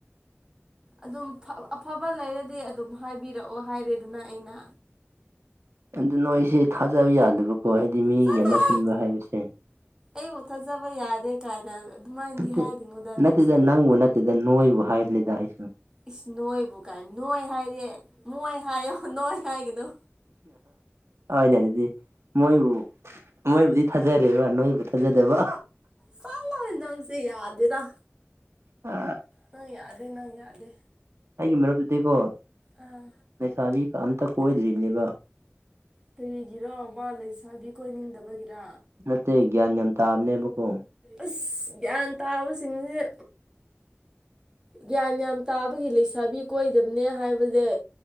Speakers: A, on the right; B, on the right.
A: ꯑꯗꯨꯝ ꯑꯐꯕ ꯂꯩꯔꯗꯤ ꯑꯗꯨꯝ ꯍꯥꯏꯕꯤꯔꯛꯑꯣ ꯍꯥꯏꯔꯦꯗꯅ ꯑꯩꯅ
B: ꯑꯗꯨ ꯅꯣꯏꯁꯦ ꯊꯥꯖꯕ ꯌꯥꯗꯕꯀꯣ ꯍꯥꯏꯗꯤ ꯃꯤꯒꯤ
A: ꯆꯠꯂꯣꯍꯦ
B: ꯑꯃ ꯁꯤꯟꯕ ꯍꯥꯏꯕꯁꯦ
A: ꯑꯩꯕꯨ ꯊꯥꯖꯕ ꯌꯥꯗꯦ ꯀꯥꯏꯅ ꯑꯗꯨꯃꯥꯏꯅꯗꯤ
B: ꯅꯠꯇꯦ
A: ꯍꯥꯏꯒꯅꯨꯗ
B: ꯅꯠꯇꯦꯗ
A: ꯅꯪꯁꯨ
B: ꯅꯪꯕꯨ ꯅꯠꯇꯦꯗ ꯅꯣꯏꯕꯨ ꯍꯥꯏꯕꯅꯤꯗ ꯑꯩꯁꯨ
A: ꯏꯁ ꯅꯣꯏꯕꯨ ꯀꯥꯏ ꯅꯣꯏ ꯍꯥꯏꯔꯦ ꯃꯣꯏ ꯍꯥꯏꯌꯣ ꯅꯣꯏ ꯍꯥꯏꯒꯅꯨ
B: ꯅ ꯑꯗꯨꯗꯤ ꯃꯣꯏꯕꯨ ꯃꯣꯏꯕꯨꯗꯤ ꯊꯥꯖꯔꯦꯕ ꯅꯣꯏꯕꯨ ꯊꯥꯖꯗꯕ
A: ꯆꯠꯂꯣꯍꯦ ꯅꯪꯁꯦ ꯌꯥꯗꯦꯗ
B: ꯑ
A: ꯅꯪ ꯌꯥꯗꯦ ꯅꯪ ꯌꯥꯗꯦ
B: ꯑꯩꯒꯤ ꯃꯔꯨꯞꯇꯨꯗꯤꯀꯣ
A: ꯑꯥ
B: ꯂꯩꯁꯥꯕꯤ ꯑꯝꯇ ꯀꯣꯏꯗ꯭ꯔꯤꯕꯅꯦꯕ
A: ꯀꯔꯤꯒꯤꯔꯣ ꯕꯥ ꯂꯩꯁꯥꯕꯤ ꯀꯣꯏꯅꯤꯡꯗꯕꯒꯤꯔ
B: ꯅꯠꯇꯦ ꯒ꯭ꯌꯥꯟ ꯌꯥꯝ ꯇꯥꯕꯅꯦꯕꯀꯣ
A: ꯑꯁ ꯒ꯭ꯌꯥꯟ ꯇꯥꯕꯁꯤꯡꯁꯦ ꯒ꯭ꯌꯥꯟ ꯌꯥꯝ ꯇꯥꯕꯒꯤ ꯂꯩꯁꯥꯕꯤ ꯀꯣꯏꯗꯕꯅꯦ ꯍꯥꯏꯕꯅꯦ